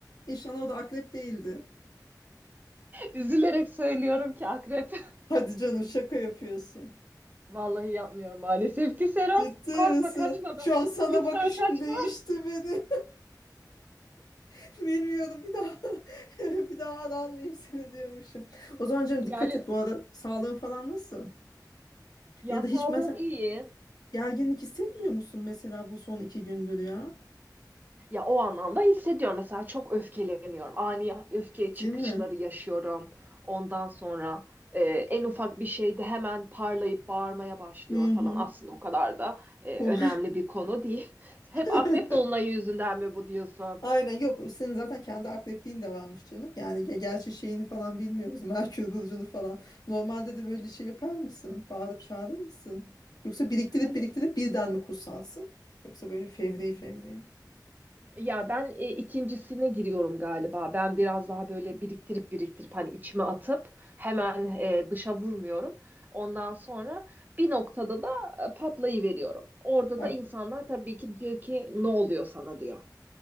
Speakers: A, on the left; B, on the right.
A: İnşallah o da akrep değildi.
B: Üzülerek söylüyorum ki akrep.
A: Hadi canım şaka yapıyorsun.
B: <laughs> Vallahi yapmıyorum maalesef ki Serap.
A: Ciddi
B: Korkma
A: misin?
B: kaçma
A: Şu
B: ben.
A: an sana
B: Lütfen
A: bakışım
B: kaçma.
A: değişti beni. <laughs> Bilmiyorum bir daha <laughs> bir daha aranmayayım seni diyormuşum. O zaman canım dikkat
B: Yani
A: et bu arada sağlığın falan nasıl?
B: ya
A: Ya
B: sağlığım
A: da hiç mesela
B: iyi.
A: gerginlik hissetmiyor
B: Hı.
A: musun mesela bu son iki gündür ya?
B: Ya o anlamda hissediyorum. Mesela çok öfkeleniyorum. Ani öfke çıkışları
A: Değil mi?
B: yaşıyorum. Ondan sonra e, en ufak bir şeyde hemen parlayıp bağırmaya başlıyorum
A: Hı
B: falan.
A: hı.
B: Aslında o kadar da e,
A: Bu.
B: önemli bir konu değil. <laughs> Hep
A: <laughs>
B: akrep dolunayı yüzünden mi bu diyorsun?
A: Aynen yok senin zaten kendi akrepliğin de varmış canım. Yani ge- gerçi şeyini falan bilmiyoruz. <laughs> Merkür burcunu falan. Normalde de böyle şey yapar mısın? Bağırıp çağırır mısın? Yoksa biriktirip
B: Ay,
A: biriktirip birden mi kutsarsın? Yoksa böyle fevri fevri mi?
B: Ya ben e, ikincisine giriyorum galiba. Ben biraz daha böyle biriktirip biriktirip hani içime atıp hemen e, dışa vurmuyorum. Ondan sonra bir noktada da e, patlayıveriyorum. Orada
A: Bak
B: da insanlar tabii ki diyor ki ne oluyor sana diyor.